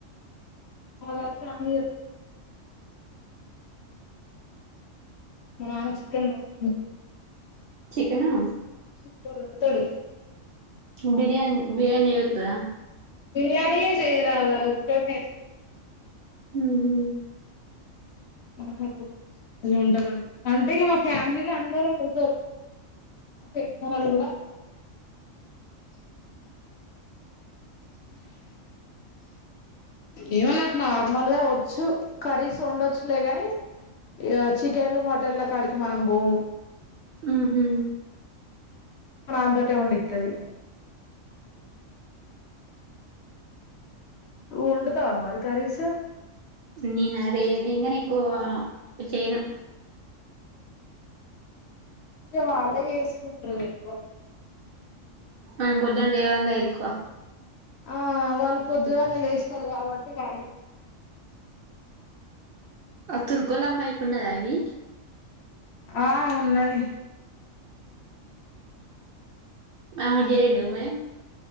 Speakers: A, on the left; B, on the right.
A: మగాచ్చ అనిరు మ నాన్న చికెన్ మస్తు
B: చికెనా
A: సూపర్ వండుతాడు
B: బిర్యానీ బిర్యానీ చేతదా
A: బిరియానీ చేయరాదు ఆది ఒకటి నేర్చు
B: ఉ హు
A: <inaudible> అని ఉంటున్నాడు అంతేగా మా ఫ్యామిలీలో అందరూ వండుతారు పెద్దవాళ్లు కూడా <inaudible> ఏమో నాకు నార్మల్గా వచ్చు కరీస్ వండొచ్చు ఇట్లే గాని ఈ చికెన్లు మటన్లు కాడికి మనం పోము
B: ఉహు
A: మా నాన్న తోటే వండితది ఉ వండుతావా మరి కర్రీస్
B: నీనరే నేను గాని ఎక్కువ చేయను
A: ఇకా వాళ్లే చేసుకుంటరు ఎక్కువ
B: ఆ పొద్దున లేవంగా ఎక్కువ
A: ఆ వాళ్ళు పొద్దుగాలా లేస్తారు కాబట్టి <inaudible>
B: అ తూర్గలాంమాకున్నాదయది
A: ఆ ఉన్నది
B: ఆమెక్ జేఎండీ మరి